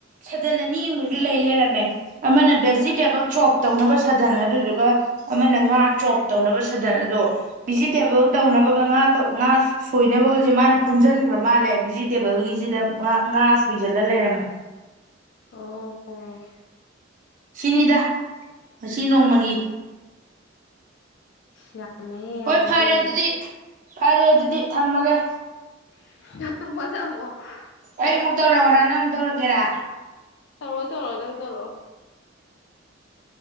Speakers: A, on the right; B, on the left.
A: ꯁꯥꯗꯟ ꯑꯅꯤ ꯑꯨꯝꯒꯁꯨ ꯂꯩ ꯂꯩꯔꯝꯃꯦ ꯑꯃꯅ ꯚꯦꯖꯤꯇꯦꯕꯜ ꯆꯣꯞ ꯇꯧꯅꯕ ꯁꯥꯗꯟ ꯑꯗꯨꯗꯨꯒ ꯑꯃꯅ ꯉꯥ ꯆꯣꯞ ꯇꯧꯅꯕ ꯁꯥꯗꯟ ꯑꯗꯣ ꯚꯤꯖꯤꯇꯦꯕꯜ ꯇꯧꯅꯕꯒ ꯉꯥ ꯉꯥ ꯁꯣꯏꯅꯕꯒꯁꯦ ꯃꯥꯅ ꯄꯨꯟꯁꯤꯟꯈ꯭ꯔ ꯃꯥꯜꯂꯦ ꯚꯤꯖꯤꯇꯦꯕꯜꯒꯤꯁꯤꯗ ꯉ ꯉꯥ ꯁꯣꯏꯁꯤꯜꯂ ꯂꯩꯔꯝꯃꯦ
B: ꯑꯣ ꯑꯣ
A: ꯁꯤꯅꯤꯗ ꯉ ꯅꯣꯡꯃꯒꯤ
B: ꯌꯥꯝꯃꯦꯍꯦ ꯌꯥꯝꯃꯦꯍꯦ
A: ꯍꯣꯏ ꯐꯔꯦ ꯑꯗꯨꯗꯤ ꯐꯔꯦ ꯑꯗꯨꯗꯤ ꯊꯝꯃꯒꯦ
B: <unintelligible>
A: ꯑꯩ ꯑꯃꯨꯛ ꯇꯧꯔꯛꯑꯣꯔꯥ ꯅꯪꯨꯛ ꯇꯔꯛꯀꯦꯔꯥ
B: ꯇꯧꯔ‌ꯣ ꯇꯧꯔ‌ꯣ ꯅꯪ ꯇꯧꯔꯛꯑꯣ